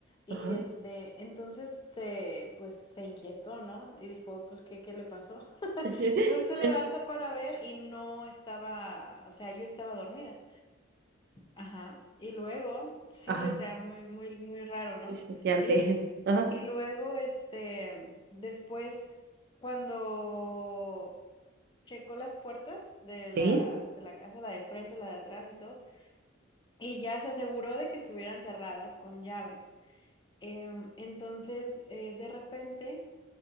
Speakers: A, on the left; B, on the right.
A: Y
B: ajá.
A: este, entonces se, pues se inquietó, ¿no? Y dijo, pues, ¿qué, qué le pasó? <laughs>
B: <laughs>
A: Entonces se levanta para ver y no estaba, o sea, yo estaba dormida. Ajá. Y luego, sí,
B: Ajá.
A: o sea, muy, muy, muy raro, ¿no?
B: Uy, Choqueante.
A: Y,
B: <laughs> Ajá.
A: y luego, este, después, cuando checó las puertas de la,
B: ¿Sí?
A: de la casa, la de enfrente, la de atrás y todo, y ya se aseguró de que estuvieran cerradas con llave. Em, entonces, eh, de repente...